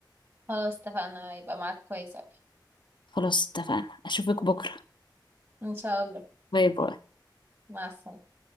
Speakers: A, on the right; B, on the left.
A: خلاص اتفقنا يبقى معاك كويس أوي
B: خلاص اتفقنا أشوفك بكرة
A: ان شاء الله
B: باي باي
A: مع السلامة